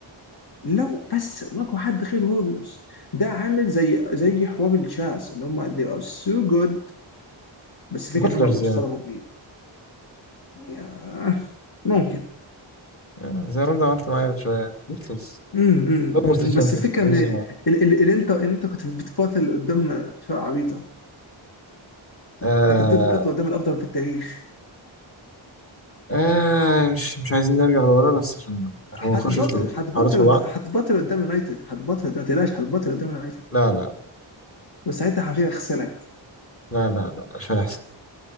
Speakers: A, on the left; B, on the left.
A: لو بس واجهوا حد غير الوريورز ده عامل زي زي حوار الجاز اللي هم they are so good بس
B: بوتلرز
A: الفكره ان هم بيصطدموا
B: يعني
A: بيه يا- ممكن
B: يعني زي ما انت عملت معايا من شويه بوتلرز
A: مم، مم،
B: اولموست
A: مم.
B: تشامبيونز
A: بس الفكره
B: ماليش
A: ان ال-
B: دعوه
A: ال- اللي انت اللي انت كنت بتباطل قدام فرقه عبيطه
B: آه
A: لكن دول بيباطلوا قدام الافضل في التاريخ
B: آه مش مش عايزين نرجع لورا بس عشان عشان ما نخشش
A: هتبطل
B: الحوارات
A: هتبطل
B: في بعض
A: قد- هتبطل قدام يونايتد هتبطل قدام ما تقلقش هتبطل قدام يونايتد
B: لا لا
A: وساعتها حرفيا هيغسلك
B: لا لا لا مش هيحصل